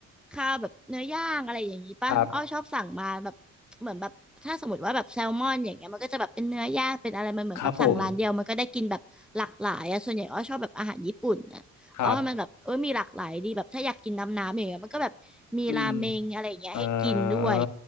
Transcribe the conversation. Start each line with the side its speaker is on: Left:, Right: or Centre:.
Centre: ข้าวแบบเนื้อย่างอะไรอย่างงี้ป่ะอ้อชอบสั่งมาแบบเหมือนแบบถ้าสมมติว่าแบบแซลมอนอย่างเงี้ยมันก็จะแบบเป็นเนื้อย่างเป็นอะไรมันเหมือนแบบสั่งร้านเดียวมันก็ได้กินแบบหลากหลายอ่ะส่วนใหญ่อ้อชอบแบบอาหารญี่ปุ่นอ่ะอ๋อมันแบบเออมีหลากหลายดีแบบถ้าอยากกินน้ำน้ำอย่างเงี้ยมันก็แบบมีราเมงอะไรอย่างเงี้ยให้กินด้วย
Left: ครับครับผมครับอืมเอ่อ